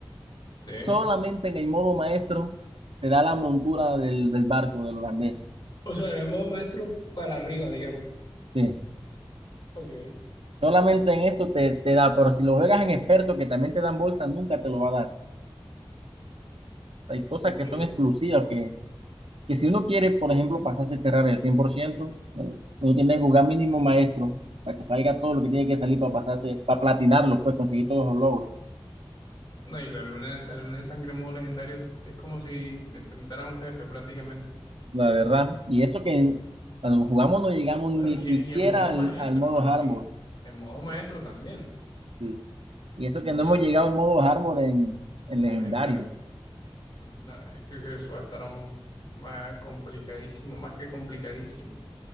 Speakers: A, on the left (about 45°); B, on the right (about 75°).
A: sí.
B: Solamente en el modo maestro te da la montura del, del barco del holandés.
A: O sea, en el modo maestro para arriba, digamos.
B: Sí.
A: Ok,
B: Solamente en eso te, te da, pero si lo juegas en experto, que también te dan bolsa, nunca te lo va a dar. Hay cosas
A: increíble.
B: que son exclusivas, que, que si uno quiere, por ejemplo, pasarse a Terraria al 100%, eh, uno tiene que jugar mínimo maestro para que salga todo lo que tiene que salir para pasarte, para platinarlo, pues conseguir todos los logros.
A: No, y la luna, la luna de sangre en modo legendario es como si te enfrentara a un jefe prácticamente.
B: la verdad. Y eso que cuando jugamos no llegamos
A: Bueno,
B: ni
A: y,
B: siquiera
A: en- y en modo
B: al,
A: maestro
B: al modo
A: también.
B: hardcore.
A: En modo maestro también.
B: Sí. Y eso que
A: O sea,
B: no
A: la-
B: hemos llegado al modo hardcore en, en legendario.
A: el legendario. Nada, yo creo que eso va a estar aún más complicadísimo, más que complicadísimo.